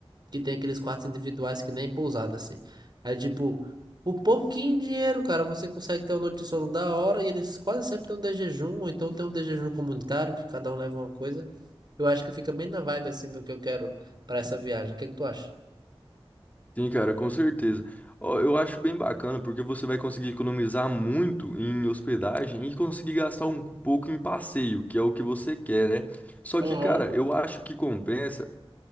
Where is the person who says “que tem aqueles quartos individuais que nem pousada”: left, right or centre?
Right